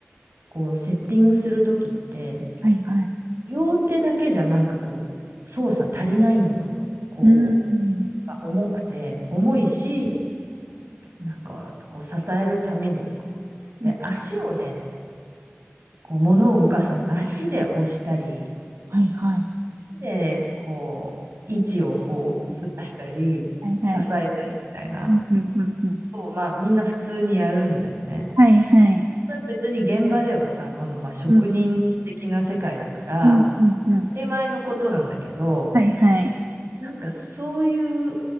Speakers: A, on the right (about 65°); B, on the right (about 80°).
A: こうセッティングする時って
B: はい、はい。
A: 両手だけじゃなんかこう操作足りないのよ。こう
B: うん。
A: 重くて重いしなんか、こう、支えるためにとかで。
B: うん
A: で、足をね、こう、物を動かすのに足で押したり、
B: はい、はい。
A: 足で、こう、位置をこう、ずらしたり、
B: はい、はい。
A: 支えたりみたいな
B: うん、うん、うん、うん。
A: ことを、まあ、みんな普通にやるんだよね。
B: はい、はい。
A: それは別に現場ではさ、その、まあ、職人的な世界だから、
B: うん、うん、うん、うん。
A: 当たり前のことなんだけど、
B: はい、はい。
A: なんかそういう、